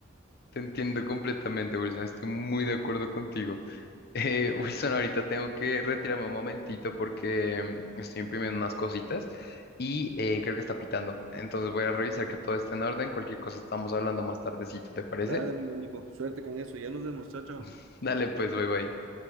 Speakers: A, on the left; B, on the right.
A: Te entiendo completamente, Wilson, estoy muy de acuerdo contigo. Eh, <laughs> Wilson, ahorita tengo que retirarme un momentito porque mm, estoy imprimiendo unas cositas y eh, creo que está pitando. Entonces voy a revisar que todo esté en orden. Cualquier cosa estamos hablando más tardecito, ¿te parece?
B: Dale, amigo Nico, suerte con eso, ya nos vemos, chao, chao.
A: <laughs> Dale, pues, bye bye.